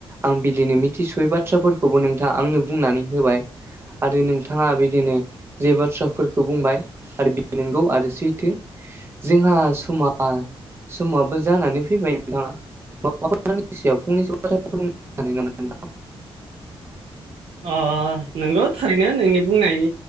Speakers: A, on the right; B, on the right.
A: आं बिदिनो मिथिस'यै बाथ्राफोरखौबो नोंथाङा आंनो बुंनानै होबाय। आरो नोंथाङा बिदिनो जे बाथ्राफोरखौ बुंबाय आरो बे नंगौ आरो सैथो जोंहा समाव। साबो जानानै फैबाय नोंथाङा माबाफोरनि सायाव फंनैसो फोर <unintelligible>
B: अ नोंगौ थारैनो नोंनि बुंनाय